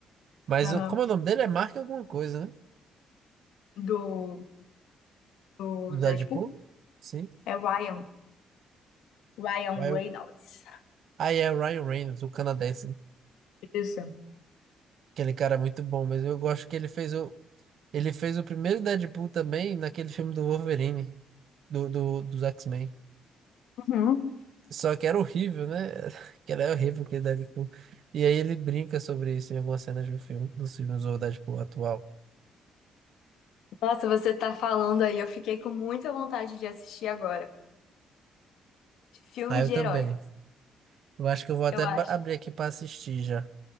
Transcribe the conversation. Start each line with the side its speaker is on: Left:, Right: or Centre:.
Right: Mas
Left: Aham.
Right: o- como é o nome dele é Mark alguma coisa, né?
Left: Do, do
Right: Do
Left: Deadpool?
Right: Deadpool? Sim.
Left: É Ryan. Ryan
Right: Aí
Left: Reynolds.
Right: o- aí é o Ryan Reynolds, o canadense.
Left: Isso.
Right: Aquele cara é muito bom, mas eu gosto que ele fez o. Ele fez o primeiro Deadpool também naquele filme do Wolverine, do, do, dos X-Men.
Left: Uhum.
Right: Só que era horrível, né? <laughs> Que era horrível que ele Deadpool. E aí ele brinca sobre isso em algumas cenas do filme, dos filmes do Deadpool atual.
Left: Nossa, você tá falando aí, eu fiquei com muita vontade de assistir agora. Filme
Right: Aí eu
Left: de
Right: também.
Left: herói,
Right: Eu acho que eu vou até
Left: eu acho.
Right: ba- abrir aqui pra assistir já.